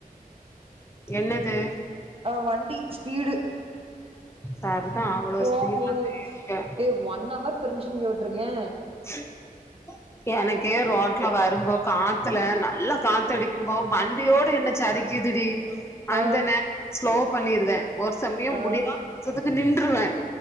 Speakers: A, on the left (about 15°); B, on the right (about 40°).
A: என்னது
B: ஆ வண்டி ஸ்பீடு
A: சர்தா அவ்வளோ
B: போம்போது
A: ஸ்பீட்ல போய்ருக்கே
B: ஏ ஒன் அவர் பெர்மிஷன் லீவ் விட்ருக்கே
A: <inaudible> எனக்கே ரோட்ல வரும்போ காத்துல நல்லா காத்தடிக்கும்போ வண்டியோடு என்ன சரிக் கிதுடி
B: ஆ
A: அந்த நேர ஸ்லோ பண்ணிருதே ஒரு சமய
B: ஆ
A: முடியாத பச்சதுக்கு நின்றுருவே